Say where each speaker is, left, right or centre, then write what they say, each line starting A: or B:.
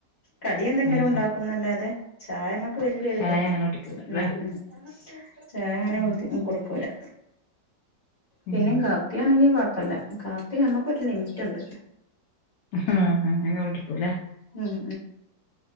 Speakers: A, on the left; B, on the left.
A: കടി എന്തെങ്കിലും
B: ഉം,
A: ഉണ്ടാക്കുന്നല്ലാതെ
B: ഉം.
A: ചായമ <unintelligible> ക്ക് വലിയൊരിതില്ല
B: ചായ അങ്ങനെ കുടിക്കൂല
A: ഉം
B: അല്ലേ
A: ഉം ചായ അങ്ങനെ
B: ഉം
A: കുടി കുടിക്കൂലാ പിന്നെ
B: ഉം
A: കാപ്പിയാണെങ്കിൽ കൊ ഴപ്പില്ല കാപ്പി നമ്മുക്കൊരു ലിമിറ്റ് ഉണ്ട്
B: ആഹാ അങ്ങനെ കുടിക്കൂല്ലാ
A: ഉം